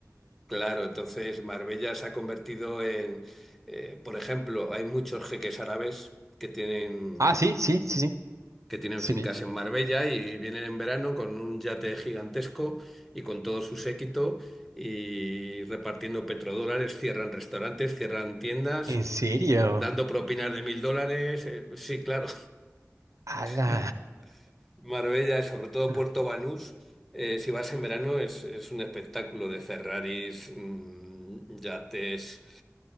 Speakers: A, in the centre; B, on the right.
A: Claro, entonces Marbella se ha convertido en, eh, por ejemplo, hay muchos jeques árabes que tienen,
B: Ah, sí, sí, sí, sí,
A: que tienen
B: sí
A: fincas
B: vi.
A: en Marbella y vienen en verano con un yate gigantesco y con todo su séquito y repartiendo petrodólares, cierran restaurantes, cierran tiendas
B: ¿En serio?
A: y dando propinas de mil dólares. eh, sí, claro.
B: ¡Hala!
A: <laughs> Marbella, sobre todo
B: <laughs>
A: Puerto Banús, eh, si vas en verano es, es un espectáculo de Ferraris, mm, yates,